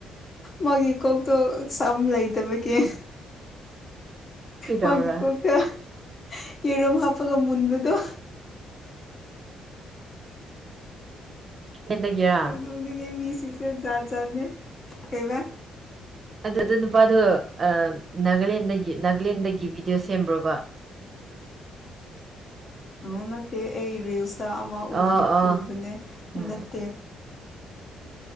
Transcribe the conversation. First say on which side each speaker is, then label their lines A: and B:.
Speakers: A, on the left; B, on the right.
A: ꯃꯥꯒꯤ ꯀꯣꯛꯇꯣ ꯁꯝ ꯂꯩꯇꯕꯒꯤ
B: ꯀꯩꯗꯧꯔꯥ
A: ꯃꯥꯒꯤ ꯀꯣꯛꯇ ꯌꯦꯔꯨꯝ ꯍꯥꯞꯄꯒ ꯃꯨꯟꯕꯗꯣ
B: <unintelligible>
A: ꯌꯥꯝ ꯅꯣꯛꯅꯤꯡꯉꯦ ꯃꯤꯁꯤꯡꯁꯦ ꯖꯥꯠ ꯖꯥꯠꯅꯦ ꯀꯩꯕ
B: ꯑꯗꯨꯗ ꯅꯨꯄꯥꯗꯣ ꯑꯝ ꯅꯥꯒꯥꯂꯦꯟꯗꯒꯤ ꯅꯥꯒꯥꯂꯦꯟꯗꯒꯤ ꯕꯤꯗꯤꯑꯣ ꯁꯦꯝꯕ꯭ꯔꯣꯕ
A: ꯑꯣ ꯅꯠꯇꯦ ꯑꯩ ꯔꯤꯜꯁꯇ ꯑꯃꯥ ꯎꯕ
B: ꯑꯣ ꯑꯣ
A: ꯎꯕꯅꯦ
B: ꯍꯣꯏ
A: ꯅꯠꯇꯦ